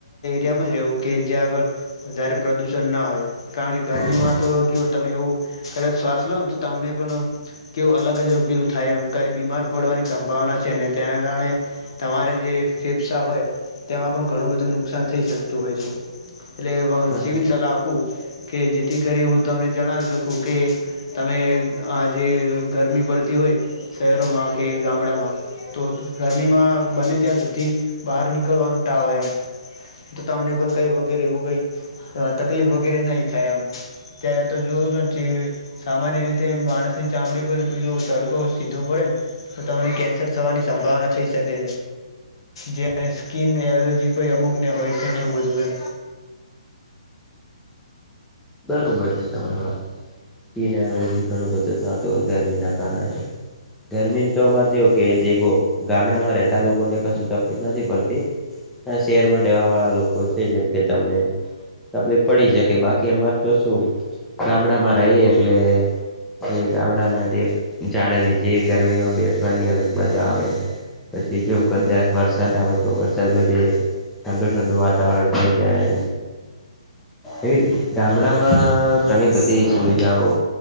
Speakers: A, on the left; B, in the centre.
A: કેમ જ રહેવું કે જ્યાં આગળ વધારે પ્રદુષણ ના હોય, કારણ કે ગરમીમાં
B: બરોબર વાત
A: તો જો તમે એવું કદાચ શ્વાસ લો ને તો તમને પણ કેવું અલગ જ ફિલ થાય એમ કંઇ બીમાર પડવાની સંભાવના છે ને તેના કારણે તમારે જે ફેફસા હોય તેમાં પણ ઘણું બધું નુકસાન થઈ શકતું હોય છે એટલે સીવિત
B: સાચી.
A: સલાહ આપુ કે જેથી કરી હું તમને જણાવી શકું કે તમે આ જે ગરમી પડતી હોય શહેરોમાં કે ગામડામાં તો ગરમીમાં બને ત્યાં સુધી બહાર નીકળવાનું ટાળો એમ, તો તમને પણ કઈ વગેરે એવું કઈ તકલીફ વગેરે નહી થાય એમ, અત્યારે તો જોવો છો ને કેવી સામાન્ય રીતે માણસની ચામડી પર બીજું તડકો સીધો પડે ને તો તમને કેન્સર થવાની સંભાવના થઈ સકે છે. જે એ સ્કિન એલર્જી ભઈ અમુકને હોય છે, ને એવુ બધુ એમ.
B: બરોબર છે, તમારા વાત. કીન એલર્જી ઘણું બધુ થાતુ હોય ગરમીના કારણે. ધરમીન તો અમારે જેવું કે, જે ગો ગામડામાં રેહતા લોકોને કસુ તફલીક નથી પડતી. આ શેરમાં રેવા વાળા લોકો છે. જેમ કે, તમે તફલીક પડી શકે બાકી એમાર તો શું ગામડામાં રઈએ એટલે જે ગામડાના જે જાડ નીચે ગરમીમાં બેસવાની અલગ મજા આવે. પછી જો કદાચ વરસાદ આવે, તો વરસાદમાં જે ઠંડુ-ઠંડુ વાતાવરણ થઈ જાય. એવી ગામડામાં ઘણી બધી સુવિધાઓ